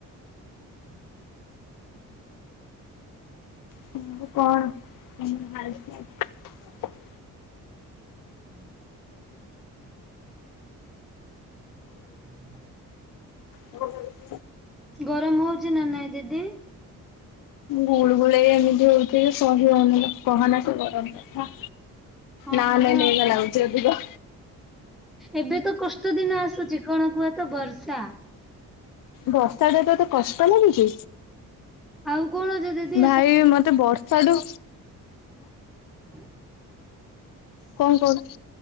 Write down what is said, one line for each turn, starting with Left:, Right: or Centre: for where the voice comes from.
Centre: ହୁଁ
Left: ସବୁ କଣ ତମର ହାଲ ଚାଲ?
Centre: ହୁଁ ହ ହ
Left: ହ
Centre: ଗରମ ହଉଛି ନା ନାଇଁ ଦିଦି।
Left: ଗୁଳୁଗୁଳି ଏମିତି ହଉଛି ସହି ହଉନି କହନା ସେ ଗରମ କଥା।
Centre: ହଁ
Left: ନା
Centre: ପରା
Left: ନେ <inaudible> ଲାଗୁଚି ଅଧିକ।
Centre: ଏବେ ତ କଷ୍ଟ ଦିନ ଆସୁଛି କଣ କୁହ ତ ବର୍ଷା।
Left: ବର୍ଷା ଟେ ତତେ କଷ୍ଟ ଲାଗୁଛି
Centre: ଆଉ କଣ ଯେ ଦିଦି
Left: ଭାଇ ମତେ ବର୍ଷ ତା ଠୁ।
Centre: ଉଁ।
Left: କଣ କଣ